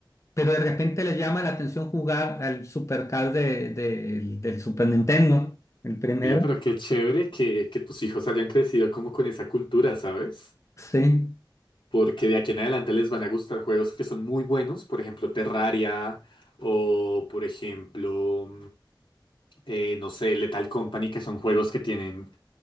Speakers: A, on the left (about 35°); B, on the left (about 75°).
A: pero de repente le llama la atención jugar al Supercar de, de- del Super Nintendo, el primero.
B: Oye, pero qué chévere que, que tus hijos hayan crecido como con esa cultura, ¿sabes?
A: Sí.
B: Porque de aquí en adelante les van a gustar juegos que son muy buenos, por ejemplo Terraria o por ejemplo... eh, no sé, Lethal Company, que son juegos que tienen,